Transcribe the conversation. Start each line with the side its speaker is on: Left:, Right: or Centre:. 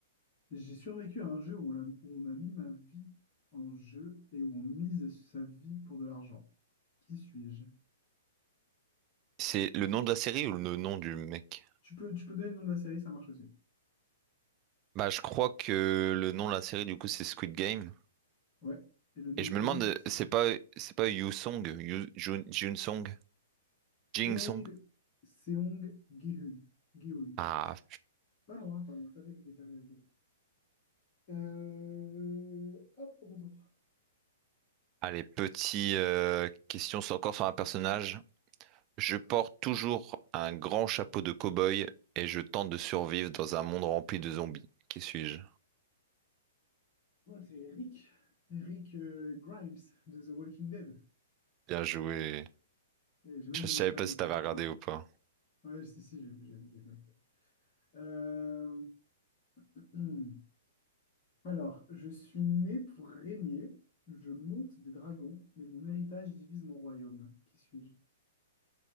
Left: J'ai survécu à un jeu où on, l'a- où on a mis ma vie en jeu et où on mise sa vie pour de l'argent. Qui suis-je?
Right: C'est le nom de la série ou le nom du mec?
Left: Tu peux, tu peux donner le nom de la série, ça marche aussi.
Right: Bah, je crois que le nom de la série, du coup, c'est Squid Game.
Left: Ouais. Et le nom
Right: Et je
Left: du
Right: me demande,
Left: mec, c'est
Right: c'est pas, c'est pas Yu Song, Yu, Jun, Jun Song, Jing
Left: Seong,
Right: Song?
Left: Seong Gi-hun. Gi-hun.
Right: Ah,
Left: Pas loin, hein, pas loin. T'avais l'idée, t'avais l'idée. Euh, Hop, à mon tour.
Right: Allez, petite question sur- encore sur un personnage. Je porte toujours un grand chapeau de cow-boy et je tente de survivre dans un monde rempli de zombies. Qui suis-je?
Left: Moi, c'est Rick. Rick euh, Grimes de The Walking Dead.
Right: Bien joué.
Left: Et j'ai même
Right: Je
Left: le
Right: savais
Left: nom de famille,
Right: pas si
Left: t'as
Right: t'avais
Left: vu
Right: regardé
Left: ou pas?
Right: ou pas.
Left: Ouais, si, si, j'ai vu, j'ai vu, j'ai vu. Euh, <clears throat> Alors, je suis né pour régner, je monte des dragons, mais mon héritage divise mon royaume. Qui suis-je?